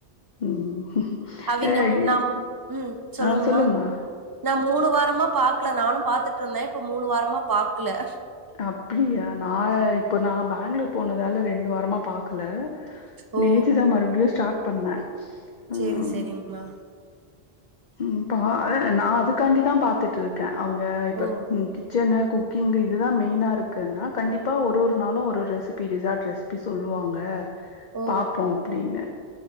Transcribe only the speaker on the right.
அவிங்க
மு நம் ம் சொல்லுங்கம்மா
நா மூணு வாரமா பாக்கல நானு பாத்துட்டுருந்தே இப்ப மூணு வாரமா பாக்ல
ஓ
சேரி சேரிங் மா
ஓ
ஓ